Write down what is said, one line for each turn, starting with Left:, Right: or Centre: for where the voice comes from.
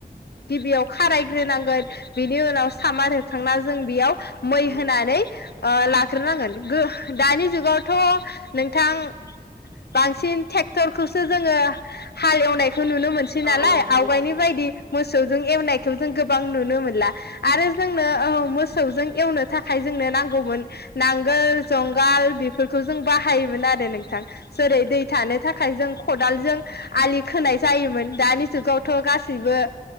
Left: गिबियाव खारायग्रोनांगोन बेनि उनाव सामान होखांना जों बेयाव मै
Right: औ
Left: होनानै ओ लाग्रोनांगोन गो दानि जुगावथ नोंथां बांसिन ट्रेक्टरखौसो जोंङो हाल एवनाय खौ नुनो मोनसै
Right: औ
Left: नालाय
Right: औ नंगौ
Left: आवगायनि बायदि मोसौजों एवनायखौ जों गोबां नुनो मोनला आरो जोंनो औ मोसौजों एवनो थाखाय जोंनो नांगौमोन नांगोल जंगाल बेफोरखौ जों बाहायोमोन आरो नों थां जेरै दै थानो थाखाय जों खदालजों आलि खोनाय जायोमोन दानि जुगावथ ओ गासैबो